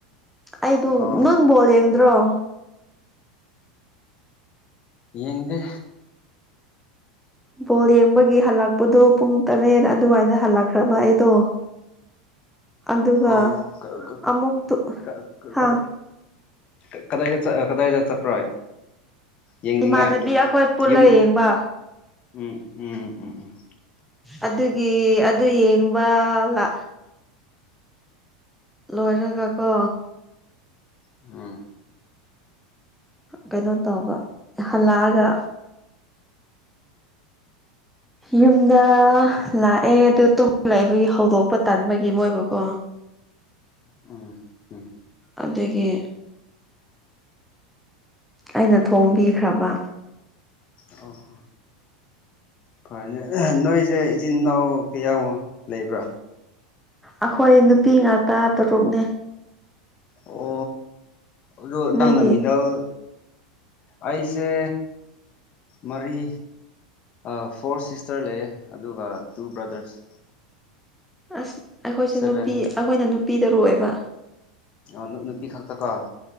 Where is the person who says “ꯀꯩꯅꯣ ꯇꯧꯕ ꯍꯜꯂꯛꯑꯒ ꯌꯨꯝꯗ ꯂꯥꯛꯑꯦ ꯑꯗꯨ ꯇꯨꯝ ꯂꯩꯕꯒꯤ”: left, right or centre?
Centre